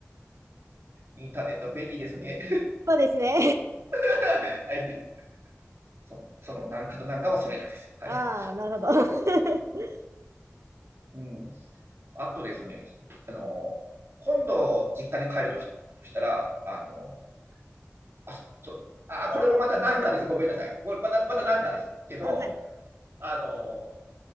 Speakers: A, on the right (about 55°); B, on the right (about 70°).
A: インターネットは便利ですね。
B: そうですね。
A: <laughs> はいその。そのなんかとなんかはそれなんですはい。
B: <laughs> ああ、なるほど。<laughs>
A: うん。あとですね、あの、今度実家に帰るとしとしたら、あの、あ、そう、あ、これもまたなんかです。ごめんなさい。これまた、またなんかですけど、
B: あ、はい。
A: あの、